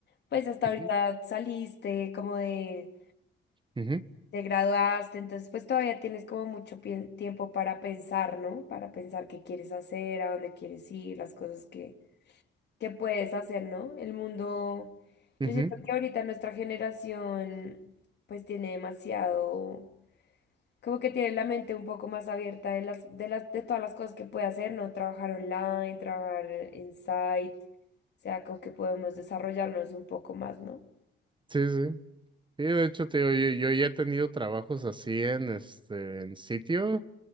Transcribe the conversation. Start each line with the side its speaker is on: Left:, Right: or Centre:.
Left: pues hasta
Right: Ujú,
Left: ahorita saliste, como de,
Right: ujú,
Left: te graduaste, entonces pues todavía tienes como mucho pien- tiempo para pensar, ¿no? Para pensar qué quieres hacer, a dónde quieres ir, las cosas que, que puedes hacer, ¿no? El mundo,
Right: ujú.
Left: yo siento que ahorita nuestra generación pues tiene demasiado como que tiene la mente un poco más abierta de las, de las, de todas las cosas que puede hacer, ¿no? Trabajar online, trabajar en site, o sea, como que podemos desarrollarnos un poco más, ¿no?
Right: Sí, sí. Sí, de hecho, te digo, yo, yo ya he tenido trabajos así en este en sitio